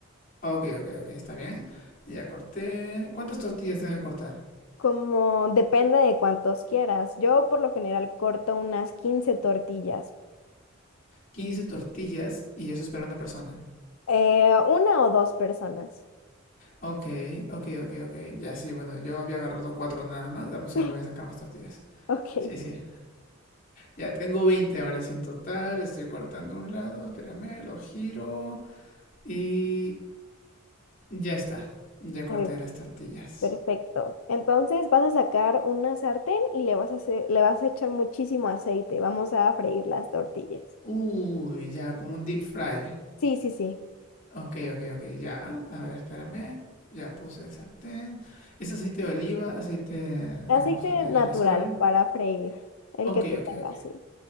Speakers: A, on the left (about 40°); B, on the left (about 80°).
A: Ok, ok, ok, está bien. Ya corté. ¿Cuántas tortillas tengo que cortar?
B: Como depende de cuántos quieras. Yo por lo general corto unas 15 tortillas.
A: 15 tortillas y eso es para una persona.
B: Eh, una o dos personas.
A: Ok, ok, ok, ok. Ya sí, bueno, yo había agarrado cuatro nada más. Dame un segundo,
B: <laughs>
A: voy a sacar más tortillas.
B: Ok.
A: Sí, sí. Ya tengo 20 ahora sí en total. Estoy cortando un lado, espérame, lo giro. Y ya está. Ya corté
B: muy
A: las tortillas.
B: Perfecto. Entonces vas a sacar una sartén y le vas a hacer- le vas a echar muchísimo aceite. Vamos a freír las tortillas.
A: Uy, ya, como un deep fry.
B: Sí, sí, sí.
A: Ok, ok, ok, ya. A ver, espérame. Ya puse el sartén. Es aceite de oliva, aceite,
B: Aceite
A: digamos, de
B: natural
A: girasol.
B: para freír, el
A: Ok,
B: que tú
A: ok,
B: tengas.
A: ok.
B: sí.